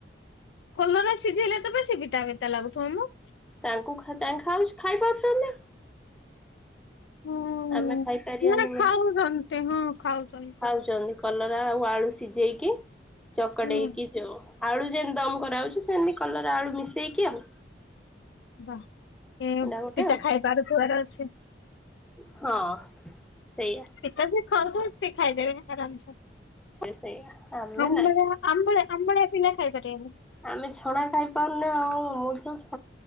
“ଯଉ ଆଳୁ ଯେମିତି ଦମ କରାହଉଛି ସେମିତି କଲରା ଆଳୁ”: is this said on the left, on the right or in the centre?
Centre